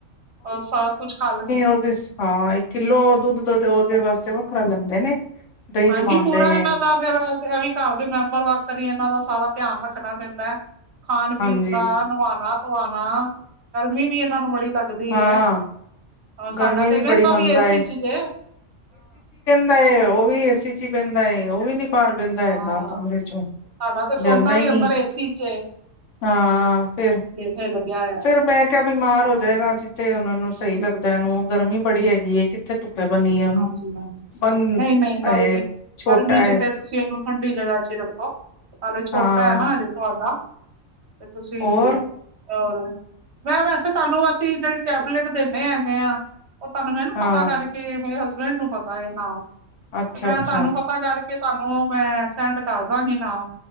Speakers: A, on the right; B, on the left.
A: ਉਹ ਸਭ ਕੁਛ ਖਾ ਲੈਂਦੇ।
B: ਓਦੇ। ਹਾਂ ਇੱਕ ਕਿੱਲੋ ਦੁੱਧ ਤੇ ਉਹਦੇ ਵਾਸਤੇ ਵੱਖਰਾ ਲੈਂਦੇ ਨੇ। ਦਹੀਂ
A: ਹਾਂਜੀ
B: ਜਮਾਂਦੇ
A: ਪੂਰਾ
B: ਨੇ
A: ਇਹਨਾਂ ਦਾ ਫੇਰ ਇਹ ਵੀ ਘਰ ਦੇ ਮੈਂਬਰ ਵੱਖ ਹੀ ਇਹਨਾਂ ਦਾ ਸਾਰਾ ਧਿਆਨ ਰੱਖਣਾ ਪੈਂਦਾ ਹੈ। ਖਾਣ-ਪੀਣ
B: ਹਾਂਜੀ
A: ਦਾ, ਨ੍ਹਵਾਣਾ-ਧ੍ਹਵਾਣਾ ਗਰਮੀ ਵੀ ਇਹਨਾਂ ਨੂੰ ਬੜੀ ਲੱਗ ਲੱਗਦੀ
B: ਹਾਂ
A: ਏ, ਸਾਡਾ
B: ਗਰਮੀ
A: ਤੇ ਬਹਿਂਦਾ
B: ਬੜੀ ਮੰਨਦਾ
A: ਵੀ ਏਸੀ'ਚ ਈ, ਏ।
B: ਤੇ, ਉਹ ਵੀ ਏਸੀ'ਚ ਬੇਂਦਾ ਏ, ਉਹ ਵੀ ਨੀ ਬਾਹਰ ਪੇਂਦਾ ਹੈਗਾ
A: ਹਾਂ
B: ਕਮਰੇ'ਚੋਂ
A: ਸਾਡਾ ਤੇ
B: ਜਾਂਦਾ
A: ਸੌਦਾ
B: ਹੀ
A: ਵੀ
B: ਨਹੀਂ‌।
A: ਅੰਦਰ ਏਸੀ ਚ ਏ,
B: ਹਾਂ, ਫਿਰ।
A: ਰ, ਲੱਗਿਆ ਹੋਇਆ।
B: ਫਿਰ, ਮੈਂ ਕਿਹਾ ਬਿਮਾਰ
A: ਹਾਂ
B: ਹੋ ਜਾਏਗਾ, ਜਿੱਥੇ ਉਹਨਾ ਨੂੰ ਸਹੀ ਲੱਗਦਾ ਇਹਨੂੰ, ਗਰਮੀ ਬੜੀ ਹੈਗੀ ਹੈ, ਕਿ ਕਿੱਥੇ ਧੁੱਪੇ ਬਣੀਏ ਓਹਨੁ,
A: ਹਾਂਜੀ ਹਾਂਜੀ
B: ਪਨ,
A: ਨਹੀਂ ਨਹੀਂ ਗਰਮੀ
B: ਏ, ਛੋਟਾ
A: ਗਰਮੀ ਚ
B: ਏ।
A: ਤੇ ਤੁਸੀਂ ਇਹਨੂੰ ਠੰਡੀ ਜਗ੍ਹਾਚ ਹੀ ਰੱਖੋ, ਨਾਲੇ ਛੋਟਾ
B: ਹਾਂ।
A: ਹੈਨਾ, ਹਜੇ ਤੁਹਾਡਾ ਤੇ, ਤੁਸੀ
B: ਹੋਰ
A: ਔਰ, ਮੈਂ ਵੈਸੇ ਤੁਹਾਨੂੰ, ਅਸੀਂ ਜਿਹੜੀ ਟੈਬਲੇਟ ਦਿੰਨੇ ਹੈਗੇ ਆ ਉਹ ਤੁਹਾਨੂੰ ਮੈਂ ਨਾ
B: ਹਾਂ
A: ਪਤਾ ਕਰਕੇ, ਮੇਰੇ ਹਸਬੈਂਡ ਨੂੰ ਪਤਾ ਇਹ ਨਾਮ, ਤੇ,
B: ਅੱਛਾ-ਅੱਛਾ
A: ਮੈਂ ਤੁਹਾਨੂੰ ਪ ਤਾ ਕਰਕੇ ਤੁਹਾਨੂੰ, ''ਮੈਂ ਸੈਂਡ ਕਰਦਾਂਗੀ ਨਾਮ।